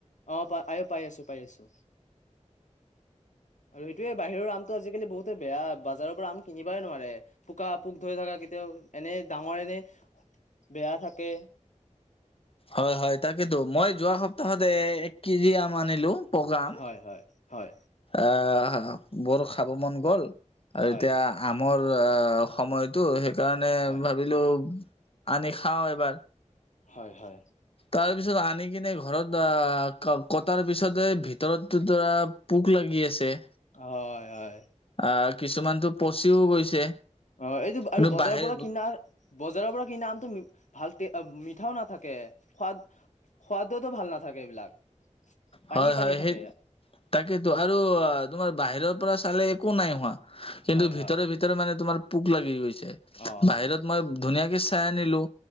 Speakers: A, on the left; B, on the left.
A: অ প আ পাই আছো পাই আছো। আৰু সেইটোয়ে বাহিৰৰ আমটো আজিকালি বহুতে বেয়া বাজাৰৰ পৰা আম কিনিবাই নোৱাৰে। পোকা পোক ধৰি থকা কেতিয়াও এনে ডাঙৰৰে এনে বেয়া থাকে।
B: হয় হয় তাকেতো, মই যোৱা সপ্তাহত এ এক কেজি আম আনিলো। পকা আম
A: হয় হয় হয়
B: এ বৰ খাব মন গ'ল আৰু
A: হয়
B: এতিয়া আমৰ সময়টো সেইকাৰণে
A: হয়
B: ভাবিলো আনি খাওঁ এবাৰ।
A: হয় হয়।
B: তাৰ পিছত আনি কিনে ঘৰত আহ কটাৰ পিছতে ভিতৰতো ধৰা পোক লাগি আছে।
A: হয় হয়।
B: আহ কিছুমানতো পচিও গৈছে।
A: হয় অ এইটো
B: কিন্তু
A: আৰু বজাৰৰ
B: বাহিৰ
A: পৰা কিনা বজাৰৰ পৰা কিনা আমটো ভালকে মিঠাও নাথাকে, সোৱাদ সোৱাদোতো ভাল নাথাকে এইবিলাক। পানী
B: হয়
A: পানী
B: হয়
A: থাকে
B: সেই তাকেতো আৰু তোমাৰ বাহিৰৰ পৰা চালে একো নাই হোৱা। কিন্তু
A: হয়
B: ভিতৰে
A: হয়
B: ভিতৰে মানে তোমাৰ পোক লাগি গৈছে।
A: অ'
B: বাহিৰত মই ধুনীয়াকে চাই আনিলো